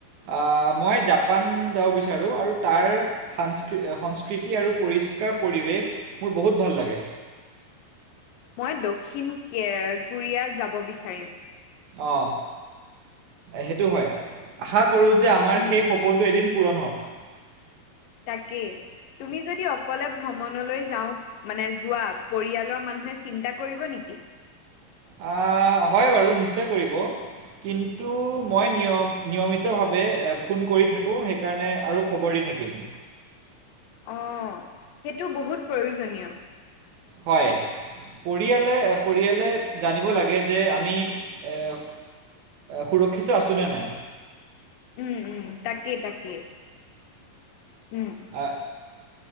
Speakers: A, on the right; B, on the left.
A: আ, মই জাপান যাব বিচাৰোঁ আৰু তাৰ সস্কৃ সংস্কৃতি আৰু পৰিষ্কাৰ পৰিৱেশ মোৰ বহুত ভাল লাগে।
B: মই দক্ষিণ কে কোৰিয়াত যাব বিচাৰিম।
A: অ, সেইটো হয়, আশা কৰো যে আমাৰ
B: উম,
A: সেই সপোন এদিন পূৰণ হওক।
B: তাকেই, তুমি যদি অকলে ভ্ৰমণলে যাওঁ মানে যোৱা পৰিয়ালৰ মানুহে চিন্তা কৰিব নিকি?
A: আ, হয় বাৰু নিশ্চয় কৰিব। কিন্তু মই নিয়ম নিয়মিতভাৱে ফোন কৰি থাকোঁ, সেই সেইকাৰণে আৰু খবৰ দি থাকিম।
B: অহ, সেইটো বহুত প্ৰয়োজনীয়।
A: হয়। পৰিয়ালে-পৰিয়ালে জানিব লাগে যে আমি এ সুৰক্ষিত আছো নে নাই?
B: উম, উম, তাকেই-তাকেই উম,
A: আ,